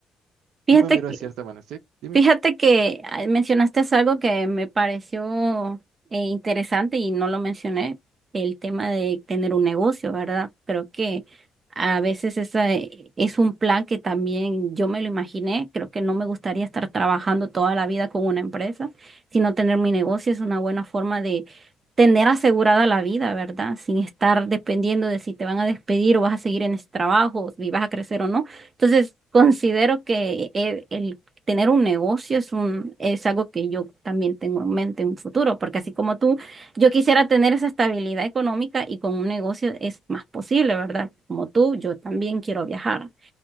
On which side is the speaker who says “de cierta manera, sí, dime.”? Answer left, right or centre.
Right